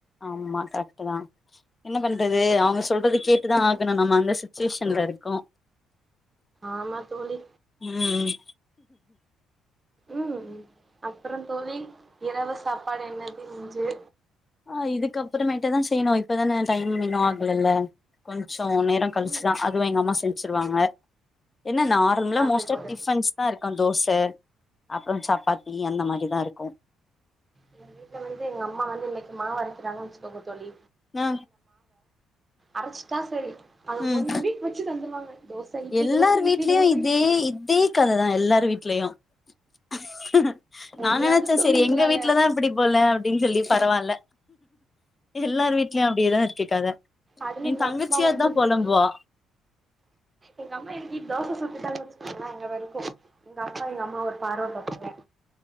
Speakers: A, on the left; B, on the right.
A: ஆமா கரெக்ட்தா என்ன பண்றது அவங்க சொல்றத கேட்டுதா ஆகணு நம்ம அந்த சிச்சுவேஷன்ல இருக்கோ
B: ஆமா தோழி
A: ம்
B: ம் அப்புறம் தோழி இரவு சாப்பாடு என்னது இன்று
A: ஆ இதுக்கப்புறமேட்டுதா செய்யணு இப்பதான டைம் இன்னு ஆகலல்ல கொஞ் சோ நேரோ கழுச்சுதா
B: ம்
A: அதுவு எங்க அம்மா செல் வெச்சுருவாங்க என்ன நார்மலா
B: நம்மளுக்கு
A: மோஸ்ட்டா
B: ஒரு
A: டிஃபன்ஸ்தா இருக்குன் தோச அப் அப்புறம் சப்பாத்தி அந்த மாரிதா இருக்கு
B: எங்க வீட்ல வந்து எங்க அம்மா வந்து இன்னைக்கு மாவரைக்குறாங்கன் வெச்சுக்கோங்க தோழி
A: ஆ
B: அரச்சுட்டா சேரி அத
A: ம்
B: ஒன் வீக் வெச்சு தந்துருவாங்க தோச இட்லி
A: எல்லார்
B: தோச
A: வீட்லயு
B: இட்லி தோச
A: இதே
B: இட்லி
A: இதே கததா எல்லார் வீட்லயு <unintelligible> நா
B: முடியாது
A: நெனச்ச
B: தோழி
A: செரி
B: எங்களால
A: எங்க வீட்லதா இப்புடி போல அப்டின் சொல்லி பரவால்ல எல்லார் வீட்லயு அப்டியேதா இருக்கு கத
B: அதுல
A: எ
B: எங்க
A: தங்கச்சியு
B: அம்மா வந்து
A: அதா
B: இன்னிக்கு
A: பொலம்புவா
B: எங்க அம்மா இன்னிக்கு தோச சுட்டுட்டாங்க வெச்சுக்கோங்ள எங்க வருக்கு எங்க அப்பா எங்க அம்மாவ ஒரு பார்வ பாப்பாங்க ங்க